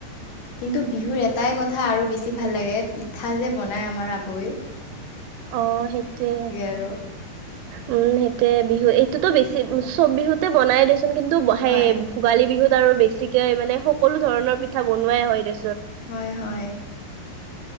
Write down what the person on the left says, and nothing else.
কিন্তু বিহুৰ এটাই কথা আৰু বেছি ভাল লাগে পিঠা যে বনাই আমাৰ আৱৈ।
আৰু
হয়
হয় হয়।